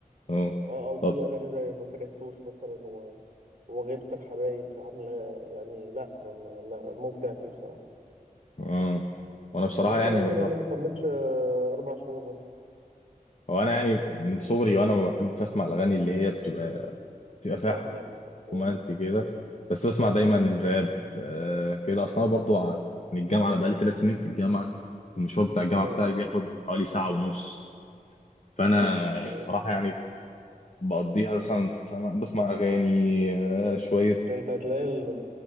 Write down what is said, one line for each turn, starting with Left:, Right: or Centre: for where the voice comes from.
Left: اه
Right: اه او في
Left: طب
Right: اغاني زي ما كرهتوش مثلا و... وغيبة الحبايب عامله يعني لا م- م- مبدع فيه بصراحه
Left: امم وانا بصراحه
Right: لسه
Left: يعني
Right: نازل
Left: بالظبط
Right: يعني ما كملش آه، اربع شهور مثلا
Left: هو انا يعني من صغري وانا ما بحبش اسمع الاغاني اللي هي بتبقى بتبقى فيها
Right: فاهمك مم.
Left: رومانسي كده بس بسمع دايما الراب آه كده اصلا أنا برضو ع- يعني الجامعه انا بقالي ثلاث سنين في الجامعه المشوار بتاع الجامعه
Right: مم.
Left: بتاعي بياخد حوالي ساعه ونص فانا
Right: مم.
Left: بصراحه يعني بقضيها مثلا سمع- بسمع اغاني آه شويه
Right: ده انت هتلاقي ال-